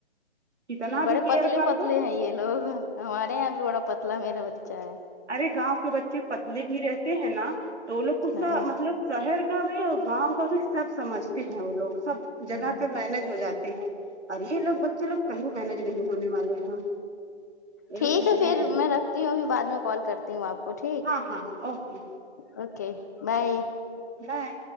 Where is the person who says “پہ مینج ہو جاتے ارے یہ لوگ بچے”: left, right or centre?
Right